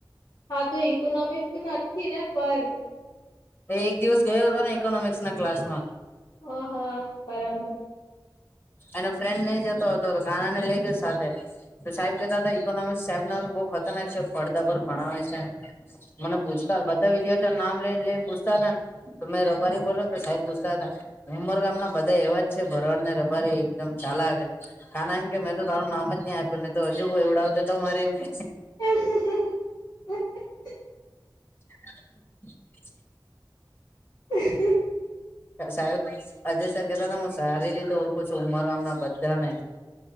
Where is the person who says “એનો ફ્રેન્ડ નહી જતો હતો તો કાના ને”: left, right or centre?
Left